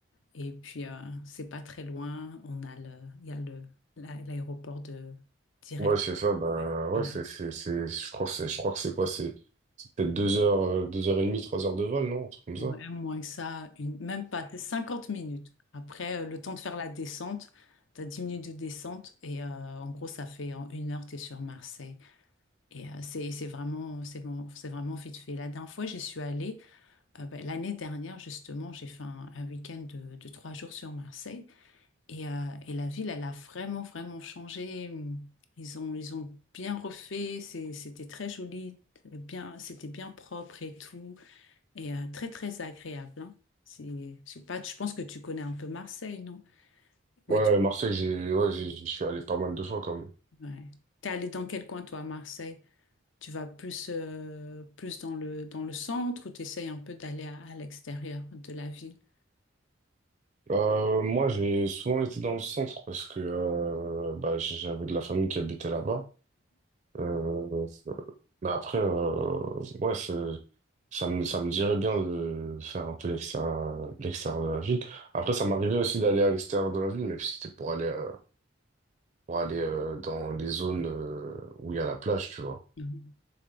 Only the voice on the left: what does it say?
Et puis, euh, c'est pas très loin. On a le, il y a le, la- l'aéroport de direct.
Ouais,
Voilà.
Ouais,
moins que ça, une, même pas, c'est 50 minutes. Après, euh, le temps de faire la descente, tu as 10 minutes de descente et euh, en gros, ça fait en une heure, tu es sur Marseille. Et euh, c'est c'est vraiment, c'est mon- c'est vraiment vite fait. La dernière fois, j'y suis allée, euh, ben, l'année dernière, justement, j'ai fait un, un week-end de, de trois jours sur Marseille. Et, euh, et la ville, elle a vraiment, vraiment changé. Ils ont, ils ont bien refait. C'est- C'était très joli, bien, c'était bien propre et tout. Et euh, très, très agréable. Hein. C'est, c'est pas, je pense que tu connais un peu Marseille, non? Ouais,
tu,
ouais. T'es allé dans quel coin, toi, à Marseille? Tu vas plus, euh, plus dans le, dans le centre ou tu essayes un peu d'aller à, à l'extérieur de la ville?
Mhm.